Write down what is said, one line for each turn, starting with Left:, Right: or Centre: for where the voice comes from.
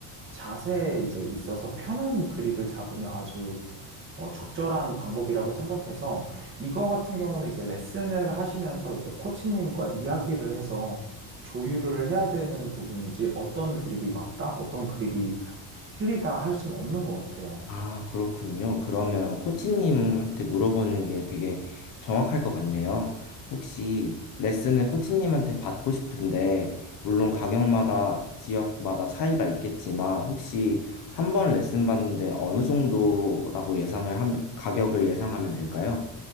Right: 자세에 이제 있어서 편한 그립을 잡으면 아주 어, 적절한 방법이라고 생각해서 이거 같은 경우는 이제 레슨을 하시면서 이제 코치님과 이야기를 해서 조율을 해야 되는 부분이지 어떤 그립이 맞다, 어떤 그립이 틀리다 할 수는 없는 것 같아요.
Left: 아, 그렇군요. 그러면 코치님한테 물어보는 게 되게 정확할 것 같네요. 혹시 레슨을 코치님한테 받고 싶은데, 물론 가격마다 지역마다 차이가 있겠지만, 혹시 한 번 레슨 받는데 어느 정도라고 예상을 하면, 가격을 예상하면 될까요?